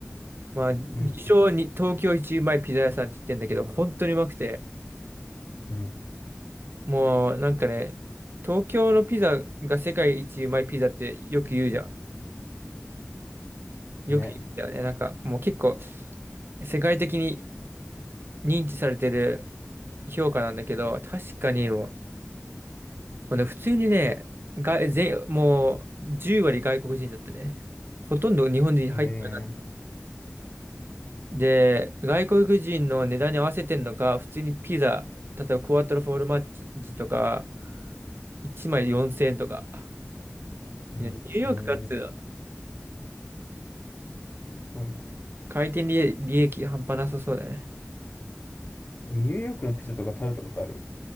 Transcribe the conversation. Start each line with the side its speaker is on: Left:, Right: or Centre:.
Right: まあ、自称に東京一うまいピザ屋さんって言ってんだけど、
Left: うん
Right: 本当にうまくて、
Left: うん
Right: もうなんかね、東京のピザが世界一うまいピザってよく言うじゃん。よく言うんだよね。
Left: うん。ね。
Right: なんかもう結構世界的に認知されてる評価なんだけど、確かにもう、もうね普通にね、が、全、もう10割外国人だったね。ほとんど日本人入ってない
Left: えー、
Right: で、外国人の値段に合わせてんのか、普通にピザ、例えばクワトロフォルマッジとか、1枚4000円とか。
Left: うん。
Right: いや、ニューヨークかっていう
Left: えー、すごいな。
Right: 回転利利益半端なさそうだね。
Left: ニューヨークのピザとか食べたことある